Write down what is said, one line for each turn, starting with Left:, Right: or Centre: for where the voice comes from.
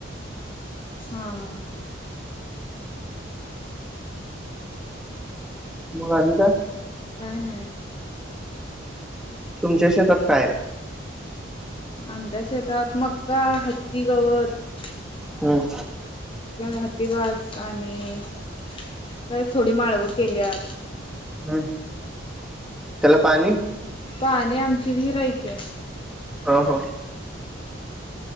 Left: हा हा.
Centre: मग आणि काय?
Left: काय नाही?
Centre: तुमचे शेतात काय हाय.
Left: आमच्या शेतात मक्का, हत्ती गवत
Centre: हम्म.
Left: हातीभास आणि काय थोडी माळव केल्यात.
Centre: हम्म. त्याला पाणी.
Left: पाणी आमची विहिर आहे की.
Centre: ह ह